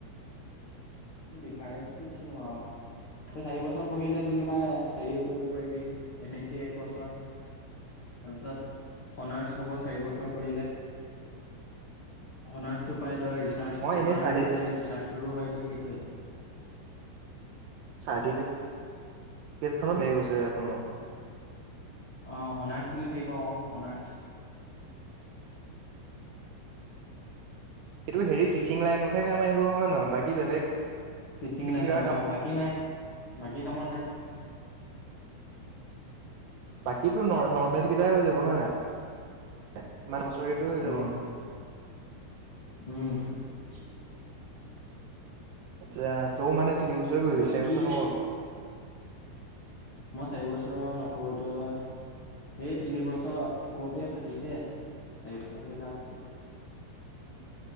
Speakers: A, on the left (about 60°); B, on the right (about 70°).
A: ডিফাৰেন্চটো কিনো আৰু, তই চাৰিবছৰ পঢ়িলে যেনিবা হেৰি কৰিব পাৰিবি, এম এচ চি এক বছৰ, তাৰপিছত হনাৰ্চ হ'ব চাৰিবছৰ কৰিলে, হনাৰ্চতো পাই তই ৰিচাৰ্চ
B: মই
A: পেপাৰ
B: এনেই চাৰ্টি
A: মানে, ৰিচাৰ্চ কৰিব পাৰিবি। <unintelligible>
B: চাৰ্টিফি কেত খনো চাৰি বছৰীয়া এইখনো।
A: অ'! হনাৰ্চ বুলি থাকিব অ'! হনাৰ্চ।
B: এইটো হেৰি টিচিং লাইনত হে কাম আহিব হয় নহয়? বাকি বেলেগ
A: টিচিং লাইনত
B: কিবা কাম
A: অ'! বাকী নাই। বাকী কামত নাই।
B: বাকীটো নৰ্মেল কেইটাই হৈ যাব হয় নাই? <unintelligible> হৈ যাব
A: অ'! উম! <unintelligible>
B: আচ্ছা! তইয়ো মানে তিনি বছৰে কৰিবি
A: বাকী
B: চাৰি বছৰ নকৰ'?
A: মই চাৰিবছৰ নকৰোঁ তহ্। এই তিনিবছৰ কৰোঁতে ফাটিছে, চাৰিবছৰ কৰিলে আৰু ফাটিব।